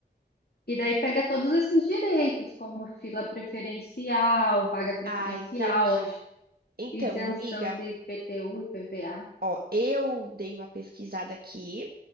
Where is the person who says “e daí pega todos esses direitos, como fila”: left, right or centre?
Left